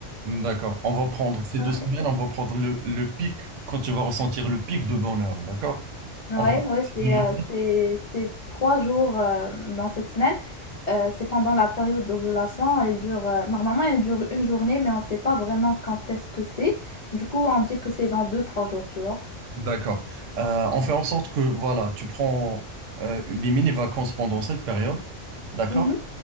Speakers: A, on the right; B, on the left.
A: D'accord. On va prendre ces
B: <laughs>
A: deux semaines, on va prendre le, le pic, quand tu vas ressentir le pic de bonheur, d'accord?
B: Ouais,
A: On va...
B: ouais, c'est
A: Des journées
B: euh, c'est c'est trois jours euh, dans cette semaine. Euh, c'est pendant la période d'ovulation. Elle dure euh, normalement elle dure une journée, mais on ne sait pas vraiment quand est-ce que c'est. Du coup, on dit que c'est dans deux, trois jours, tu vois.
A: D'accord. Euh, on fait en sorte que, voilà, tu prends euh, des mini-vacances pendant cette période, d'accord?
B: Mhm.